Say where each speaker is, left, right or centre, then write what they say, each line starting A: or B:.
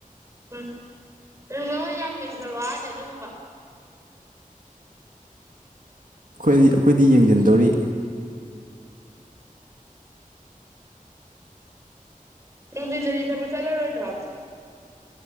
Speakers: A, on the right (about 20°); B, on the right (about 70°).
A: ꯎꯝ ꯅꯪꯉꯣꯟꯗꯤ ꯌꯥꯝ ꯌꯦꯡꯁꯜꯂꯣ ꯍꯥꯏꯗꯤꯗꯤ ꯑꯗꯨꯒꯨꯝꯕ
B: ꯑꯩ ꯑꯩꯈꯣꯏꯗꯤ ꯌꯦꯡꯁꯤꯟꯗꯧꯔꯤ
A: ꯇꯨꯡꯗꯤꯟꯗꯁꯦꯕꯨ ꯆꯂꯦ ꯑꯣꯏ ꯊꯕ